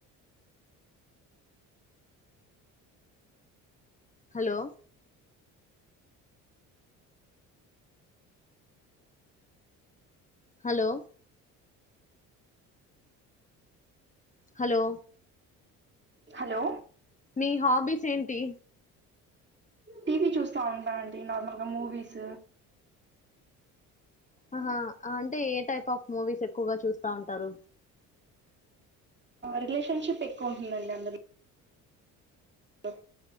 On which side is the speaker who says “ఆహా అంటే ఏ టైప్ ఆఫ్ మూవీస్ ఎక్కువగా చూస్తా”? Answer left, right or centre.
Left